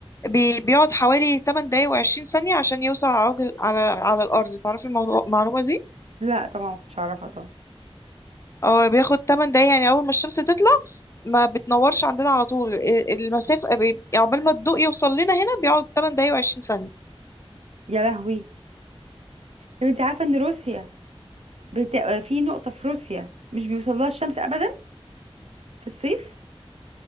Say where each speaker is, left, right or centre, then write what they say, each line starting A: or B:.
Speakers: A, on the left (about 30°); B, on the right (about 85°).
A: بي- بيقعد حوالي 8 دقايق و20 ثانية عشان يوصل على عجل على على الأرض تعرفي الموضوع- المعلومة دي؟
B: لا طبعا ما كنتش اعرفها طبعا
A: اه بياخد 8 دقايق يعني أول ما الشمس تطلع ما بتنورش عندنا على طول ال- المسافة بي- عقبال ما الضوء يوصل لنا هنا بيقعد 8 دقايق و20 ثانية
B: يا لهوي طب انت عارفة ان روسيا بت... آه، في نقطة في روسيا مش بيوصلها الشمس ابدا في الصيف